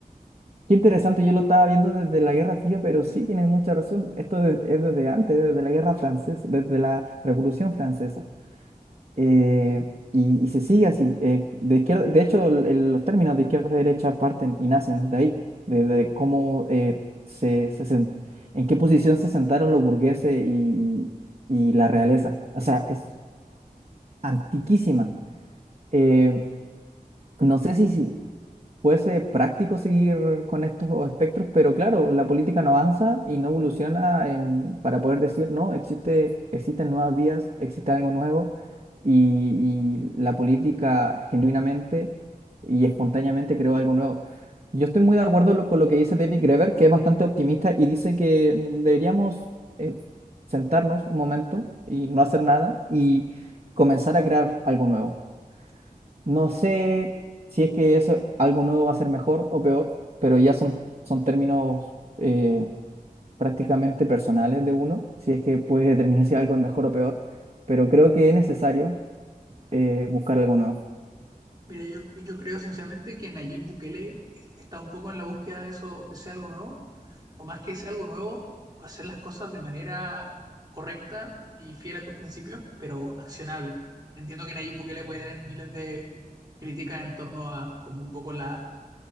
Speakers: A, on the right; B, on the right.
A: Qué interesante, yo lo estaba viendo desde la Guerra Fría, pero sí tienes mucha razón, esto de- es desde antes, desde la Guerra Francesa, desde la Revolución Francesa. eh, y, y se sigue así. eh, de izquierda, de hecho, el- el- los términos de izquierda y derecha parten y nacen de ahí, de, de cómo eh, se, se sen- en qué posición se sentaron los burgueses y, y la realeza. O sea, es antiquísima. Eh, no sé si, si- puede ser práctico seguir con estos espectros, pero claro, la política no avanza y no evoluciona en, para poder decir, no, existe, existen nuevas vías, existe algo nuevo y, y la política genuinamente y espontáneamente creó algo nuevo. Yo estoy muy de acuerdo lo- con lo que dice David Graeber, que es bastante optimista y dice que mm, deberíamos eh, sentarnos un momento y no hacer nada y comenzar a crear algo nuevo. No sé si es que eso, algo nuevo va a ser mejor o peor, pero ya son, son términos eh, prácticamente personales de uno, si es que puedes determinar si algo es mejor o peor, pero creo que es necesario eh, buscar algo nuevo.
B: Mira, yo, yo creo sinceramente que Nayib Bukele es- está un poco en la búsqueda de eso, de ese algo nuevo, o más que ese algo nuevo, hacer las cosas de manera correcta y fiel a tus principios, pero accionable. Entiendo que Nayib Bukele puede tener miles de críticas en torno a como un poco la